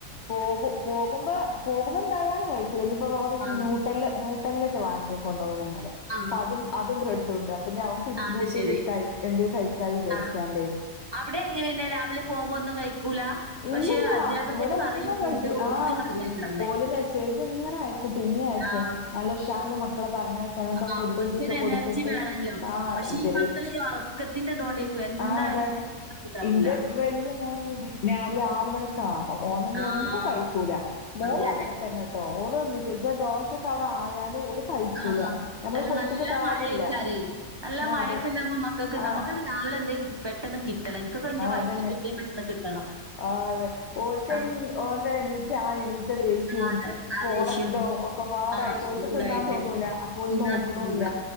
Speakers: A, on the left; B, on the right.
A: പോകു പോകുമ്പോ പോകുമ്പോ എന്തായാലും കയ്ക്കൂല ഇഞ്ഞിപ്പോവേറൊചിന്നു
B: ആ
A: ട്ടല്ല നൂട്ടല്ലേറ്റ വാങ്ങിക്കൊണ്ടന്ന്ണ് ന്നലെ.
B: ആ
A: പ്പതും അതും ബ്രെഡുണ്ട് അപ്പൊ <unintelligible>
B: അത് ശരി.
A: കൈക്കണ്ടെ കൈക്കാവിചാരിച്ചാണ്ടേയ്.
B: ആഹ്. അവിടെ എങ്ങനെന്നെ രാവില പോവുംമ്പോ ഒന്നും കഴിക്കൂല?
A: ഇല്ലില്ല,
B: പക്ഷെ അധ്യാപകര്
A: ഇവ്ട
B: പറയും
A: ഒന്നും
B: ഫുഡ്
A: കഴിക്കു
B: കൊടുത്ത്
A: ആ
B: പറഞ്ഞയക്കണംന്ന്.
A: ഓല് മെസ്സേജ്ങ്ങന അയ് ക്കും പിന്നിയിം അയക്കും
B: ആഹ്
A: നല്ല ഷാറ്ള്ള മക്കളെ പറഞ്ഞയ ഇകാട
B: ആഹ്
A: ഫുഡെത്തിച്ച്
B: ഓൽക്കൊരു
A: കൊട്ത്തിട്ട്
B: എനർജി വേണല്ലോ.
A: ആഹ്
B: പക്ഷെ
A: ദ് ഇവരേം
B: ഈ മക്കള് ഈ ഒറക്കത്തിന്റെതോണ്ടേക്കും എന്തായാലും
A: ആഹ് താണ്
B: കൂട്ടാക്കൂല.
A: ഇന്റെ വല്യയ മോനയും ഉ രാവില ആറ് മണിക്കാ ഓനൊന്നെന്നു
B: ആഹ്.
A: കഴിക്കൂല മോളും
B: അതെ
A: അങ്ങനതന്നെ
B: അതെ.
A: ട്ടൊ ഓള് വന്ന് പിന്നെ ദോശക്കവടായാല് ഓല് കഴിക്കൂല
B: ആഹ്,
A: നമ്മള്
B: അല്ല
A: കൊടുത്തിട്ട്
B: നല്ല
A: കാര്യല്ല
B: മഴെയ്ക്കാരേ, നല്ല
A: ആഹ്
B: മഴക്ക്ണ്ടാവുമ്പോ
A: അതെ
B: മക്കക്ക്
A: ആഹ്
B: നമ്മക്കത് രാവില എന്തേ പെട്ടെന്ന് കിട്ടണം ഇന്ക്കൊക്കെ ന്റെ വയ
A: അതന്നെ
B: <unintelligible> <unintelligible> പെട്ടെന്ന് കിട്ടണം.
A: ആഹ് അതെ, ഓല്ക്കയ്ന്
B: ആഹ്
A: ഓന്റെ എണീറ്റ ആ എണീറ്റ ദേഷ്യും
B: അതെ. ആ
A: പോണ
B: ദേഷ്യം
A: തൊ ക്കൊപ്പാടയ്റ്റ്
B: ആഹ് ഒക്കെക്കൂടായിട്ട്
A: ഓല്ക്ക് ത്ന്നാതൊ ങ്ങൂല അപ്പൊന്‌നോക്ക്ണൂല്ലാ
B: തിന്നാൻ തോന്നൂല.